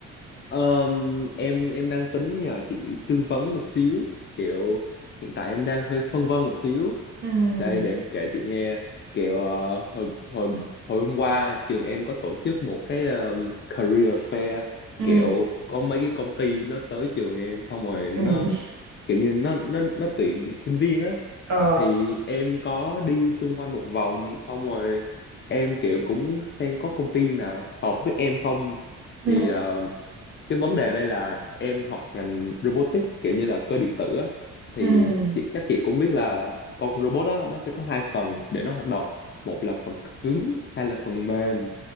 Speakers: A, on the left; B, on the right.
A: ờm, em em đang tính nhờ chị tư vấn một xíu kiểu hiện tại em đang hơi phân vân một xíu
B: Ừ,
A: đây để em kể chị nghe kiểu ờ, hồi hồi hồi hôm qua trường em có tổ chức một cái ờm, career fair
B: ừ,
A: kiểu có mấy cái công ty nó tới trường em xong rồi nó
B: ừ,
A: kiểu như nó nó nó tuyển sinh viên á
B: ờ,
A: thì em có đi xung quanh một vòng xong rồi em kiểu cũng xem có công ty nào hợp với em không
B: ừ,
A: thì ờ, cái vấn đề đây là em học ngành robotics kiểu như là cơ điện tử á thì
B: ừ,
A: chị, chắc chị cũng biết là con robot đó nó sẽ có hai phần để nó hoạt động một là phần cứng hay là phần mềm